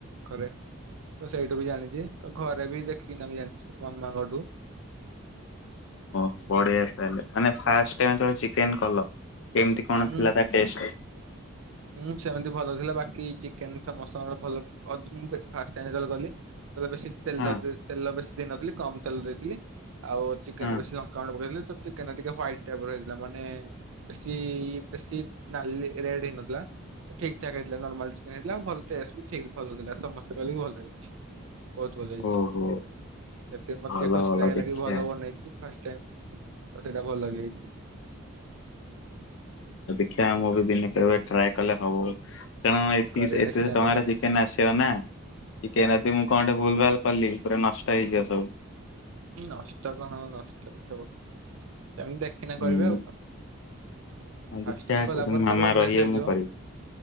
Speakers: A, on the right; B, on the left.
A: କରେ। ତ ସେଇଠୁ ବି ଜାଣିଛି ତ ଘରେ ବି ଦେଖ। ଖିଣାବି ଜାଣିଛ ମାମାଙ୍କଠୁ।
B: ଓହୋ ବଢିଆ ତାହଲେ ମାନେ ଫାଷ୍ଟେ ଟାଇମ ଚିକେନ କଲ। କେମିତି କଣ
A: ହୁଁ
B: ଥିଲା ତା ଟେଷ୍ଟ।
A: ହୁଁ ସେମିତି ଭଲ ଥିଲା ବାକି ଚିକେନସ ମସଲା ଭଲ ଫାଷ୍ଟ ଟାଇମ ଯେବେ କଲି ବେଶୀ ତେଲ
B: ହଁ
A: ତେଲ ବେଶୀ। ଦେଇ ନଥିଲି କମ ତେଲ ଦେଇଥିଲି। ଆଉ ଚିକେନ
B: ହଁ
A: ବେଶୀ ଲଙ୍କାଗୁଣ୍ଡ ପକେଇଲି। ଚିକେନ ରେ ଟିକେ ହ୍ୱାଇଟ ଟାଇପର ହେଇଥିଲା ମାନେ ବେଶି ବେଶୀ ନାଲି ରେଡ ହେଲା ଠିକ୍ ଠାକ୍ ହେ ନର୍ମାଲ ଚିକେନ ହେଇଥିଲା ଭଲ ଟେଷ୍ଟ ବି ଠିକ ଭଲ ଥିଲା ସମସ୍ତେ କହିଲେକି ଭଲ ହେଇଛି। ବହୁତ ଭଲ ହେଇଛି
B: ଓହୋ
A: ସେତିକି ମତେ
B: ଭଲ
A: ଟିକେ ଖୁସି
B: ଭଲ
A: ଲାଗିଲା
B: ଦେଖିଆ।
A: କି ଭଲ ବନେଇଛି ଫାଷ୍ଟ ଟେମ୍ପ୍ ତ ସେଇଟା ଭଲ ବି ହେଇଛି।
B: ଗାଁ ମୁଭି ବି ଦିନେ କେବେ ଟ୍ରାଏ କଲେ ହବ। କାରଣ
A: ହୁଁ
B: ଏତିକି
A: କରିବା
B: ଏତେ
A: ନିଶ୍ଚୟ
B: ଟଙ୍କାରେ
A: କର
B: ଚିକେନ ଆସିବ ନା ଚିକେନ ଯଦି ମୁଁ କଣ ଟେ ଭୁଲ ଭାଲ କଲି ପୁରା ନଷ୍ଟ ହେଇଯିବା ସବୁ।
A: ନଷ୍ଟ କଣ ହବ ନଷ୍ଟ କିଛିହବନି। ସେମିତି ଦେଖିନେ
B: ହୁଁ
A: କରିବେ ଆଉ କଣ
B: ଆଉ ଦେଖିଆ
A: ଫାଷ୍ଟ ଟାଇମ୍ ଗଲା
B: କହୁଛନ୍ତି
A: ପରେ
B: ମାମା
A: ତାପରେ ଅଭ୍ୟାସ
B: ରହିବେ
A: ହେଇଯିବ
B: ମୁଁ କରିବି